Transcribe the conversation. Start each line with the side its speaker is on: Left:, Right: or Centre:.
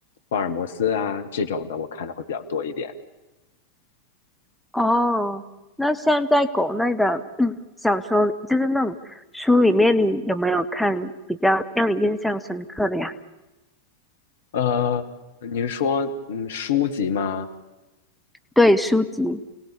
Left: 福尔摩斯啊这种的，我看的会比较多一点。
Centre: <laughs> 哦，那像在国内的，嗯小说，就是那种书里面，你有没有看比较让你印象深刻的呀？
Left: 呃，你是说嗯书籍吗？
Centre: 对，书籍。